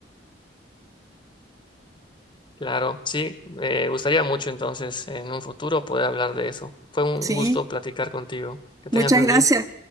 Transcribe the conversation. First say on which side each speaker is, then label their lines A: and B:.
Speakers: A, on the left; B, on the right.
A: Claro, sí, me gustaría mucho entonces en un futuro poder hablar de eso. Fue un
B: Sí,
A: gusto platicar contigo. Que
B: muchas
A: tengas buen
B: gracias.
A: día.